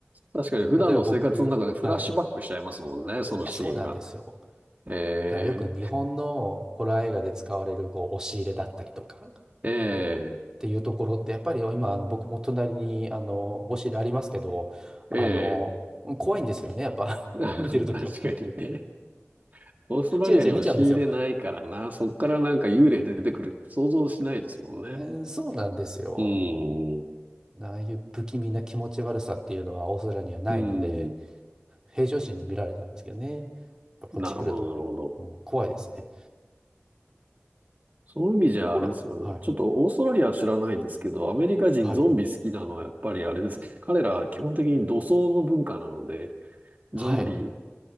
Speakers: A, on the right; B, on the right.
A: 確かに普段の生活の中でフラッシュバックしちゃいますもんね、
B: 例えば僕、はい。い
A: そのシーンが。
B: や、そうなんですよ。
A: え
B: だからよく日本のホラー映画で使われるこう押し入れだったりとかっ
A: ー、え
B: ていうところってやっぱり今あの僕も隣にあの押し入れありますけどあの怖いんですよねやっぱ
A: ー、えー、
B: <laughs> 見てるときは。
A: <laughs> 確かにね。オーストラリアに押し入れないからな、
B: チラチラ見ちゃうんですよ。
A: そっからなんか幽霊出てくるって想像しないですもんね。
B: えーそうなんですよ。
A: うーん、う
B: ああいう不気味な気持ち悪さっていうのはオーストラリアにはないので
A: ーん、
B: 平常心で見られたんですけどね。やっぱこっち来るともう怖いですね。
A: なるほど、なるほど。そういう意味じゃあれですもんね。
B: ほら、はい、
A: ちょっとオーストラリアは知らないですけど、アメリカ人ゾンビ好きなのはやっぱりあれですね。
B: はい、
A: 彼らは基本的に土葬の文化なので、ゾンビ
B: はい。